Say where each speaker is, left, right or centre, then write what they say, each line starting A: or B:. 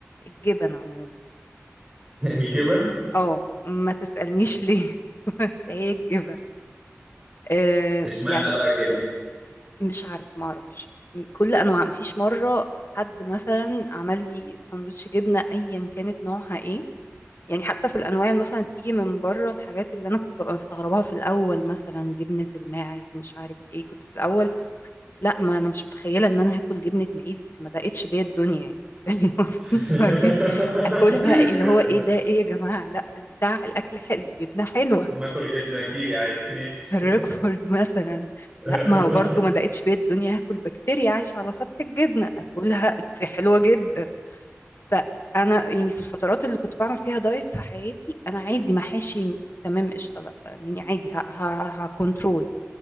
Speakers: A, on the left (about 55°); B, on the right (about 15°).
A: الجبن عموما
B: <laughs> الجبن
A: اه ما تسألنيش ليه <laughs> بس هي الجبن آه
B: اشمعنى
A: يعني
B: بقى الجبن
A: مش عارف ما اعرفش يعني كل انواع مفيش مره حد مثلا عمل لي سندوتش جبنه ايا كانت نوعها ايه يعني حتى في الانواع اللي مثلا تيجي من بره الحاجات اللي انا كنت ببقى مستغرباها في الاول مثلا جبنه الماعز مش عارف ايه كنت في الاول لا ما انا مش متخيله ان انا هاكل جبنه معيز ما دقتش بيا الدنيا يعني <laughs> فاهم قصدي
B: <laughs>
A: وبعدين اكلها اللي هو ايه ده ايه يا جماعه لا بتاع الاكل حلو الجبنه حلوه
B: ما اكل جبنه كيري عادي ايه المشكله
A: الريكفورد مثلا
B: <laughs>
A: لا ما هو برضو ما دقتش بيا الدنيا هاكل بكتيريا عايشة على سطح الجبنة اكلها دي حلوة جدا فانا يعني في الفترات اللي كنت بعمل فيها دايت في حياتي انا عادي محاشي تمام قشطة لا يعني عادي ه- ه- هكنترول